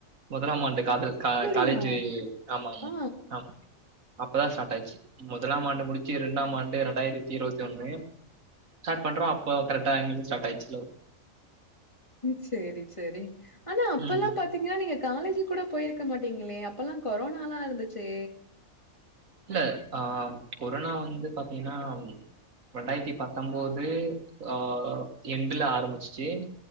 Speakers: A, on the right; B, on the left.
A: முதலாம் ஆண்டு காதல்
B: அப்படியா?
A: காலேஜு ஆமா ஆமா
B: ஆ.
A: ஆமா அப்பதா ஸ்டார்ட் ஆச்சு முதலாம் ஆண்டு முடிச்சு இரண்டாம் ஆண்டு ரெண்டாயிரத்தி இருபத்தி ஒண்ணுலயும் ஸ்டார்பண்றோ அப்போ கரெக்டா எங்ளுக்கு ஸ்டார்ட் ஆயிச்சு லவ்
B: ம் செரி செரி ஆனா அப்பல்லா
A: ம்
B: பாத் பாத்தீங்ன்னா நீங்க காலேஜு கூட போயிருக்க மாட்டீங்களே அப்பல்ல கொரோனல்லா இருந்துச்சே
A: இல்ல ஆ கொரோனா வந்து பாத்தீங்கன்னா ரெண்டாயிரத்தி பத்தொம்போது ஆ எண்டுல ஆரம்பிச்சிச்சு